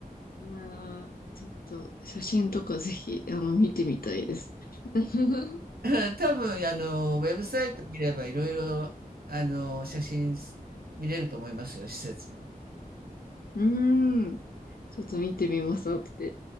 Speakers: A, on the left (about 75°); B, on the right (about 80°).
A: いやー、ちょっと写真とかぜひ、あの、見てみたいです。<laughs>
B: <laughs> 多分あの、ウェブサイト見ればいろいろあの、写真見れると思いますよ、施設の。
A: うーん。ちょっと見てみます、後で。